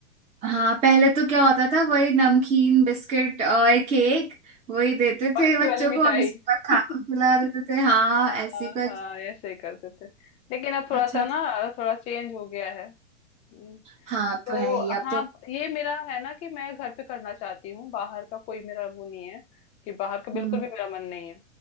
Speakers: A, on the right; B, on the left.
A: हाँ पहले तो क्या होता था वही नमकीन बिस्किट और केक वही देते
B: बाकी
A: थे
B: वाली
A: बच्चों को
B: मिठाई
A: और उसके बाद खाना
B: <laughs>
A: खिला देते थे हाँ
B: हाँ
A: ऐसी कुछ
B: हाँ ऐसे ही करते थे लेकिन अब थोड़ा
A: अच्छा
B: सा ना थोड़ा चेंज हो गया है हम्म।
A: हाँ
B: तो
A: तो है ही अब
B: हाँ
A: तो
B: ये मेरा है ना कि मैं घर पे करना चाहती हूँ बाहर का कोई मेरा वो नहीं है कि बाहर का बिल्कुल
A: हम्म
B: भी मेरा मन नहीं है